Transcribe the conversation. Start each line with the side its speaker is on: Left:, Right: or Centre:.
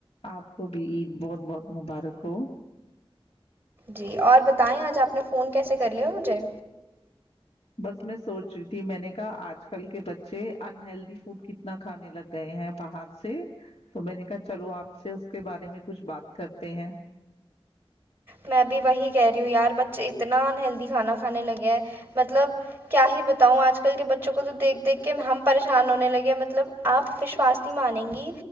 Left: آپ کو بھی عید بہت بہت مبارک ہو
Right: جی اور بتائیں آج آپ نے فون کیسے کر لیا مجھے
Left: بس میں سوچ رہی تھی میں نے کہا آج کل کے بچے انہلدی فوڈ کتنا کھانے لگ گئے ہیں باہر سے تو میں نے کہا چلو آپ سے اس کے بارے میں کچھ بات کرتے ہیں
Right: میں بھی وہی کہہ رہی ہوں یار بچے اتنا انہلدی کھانا کھانے لگے ہیں مطلب کیا ہی بتاؤں آج کل کے بچوں کو تو دیکھ دیکھ کے ہم پریشان ہونے لگے مطلب آپ وشواس نہیں مانیں گی